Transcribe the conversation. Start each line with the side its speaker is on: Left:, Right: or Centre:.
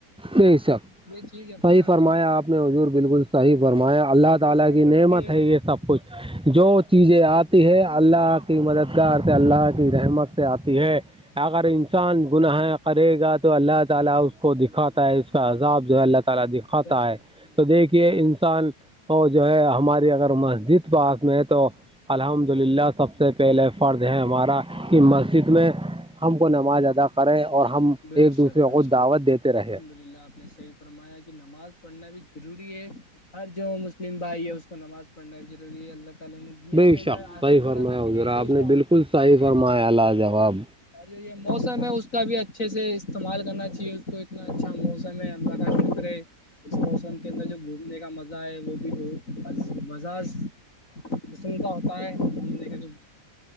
Centre: نہیں سب
Left: یہ چیز اپنے
Centre: صحیح
Left: ہاتھوں
Centre: فرمایا
Left: میں نہیں
Centre: آپ نے حضور بالکل صحیح فرمایا اللہ تعالی
Left: جب پرکرتی
Centre: کی نعمت ہے یہ سب کچھ جو چیزیں آتی ہے اللہ کی مددگار سے اللہ کی رحمت سے آتی ہے اگر انسان گناہ کرے گا تو اللہ تعالی اس کو دکھاتا ہے اس کا عذاب جو ہے اللہ تعالی دکھاتا
Left: بے شک
Centre: ہے تو دیکھیے انسان وہ جو ہے ہماری اگر مسجد پاس میں ہے تو الحمد للہ سب سے پہلے فرد ہے ہمارا کی مسجد میں ہم کو نماز ادا کریں اور ہم
Left: بے
Centre: ایک
Left: شک
Centre: دوسرے
Left: بے
Centre: کو
Left: شک
Centre: دعوت دیتے رہے
Left: الحمد للہ آپ نے صحیح فرمایا کہ نماز پڑھنا بھی ضروری ہے ہر جو مسلم بھائی ہے اس کو نماز پڑھنا بھی ضروری ہے اللہ تعالی نے دنیا
Centre: بے
Left: بھیجا
Centre: شک
Left: ہے آخر
Centre: صحیح فرمایا
Left: بنانے کے
Centre: حضرا
Left: لیے تو
Centre: آپ
Left: اسے
Centre: نے
Left: آخرت
Centre: بالکل
Left: کی
Centre: صحیح
Left: بھی تیاری
Centre: فرمایا
Left: کرنا چاہیے
Centre: لاجواب
Left: اور جو یہ موسم ہے اس کا بھی اچھا اچھے سے استعمال کرنا چاہیے اس کو اتنا اچھا موسم ہے الہ کا شکر ہے اس موسم کے اندر جو گھومنے کا مزہ ہے وہ بھی بہت مزہ قسم کا ہوتا ہے گھومنے کا جو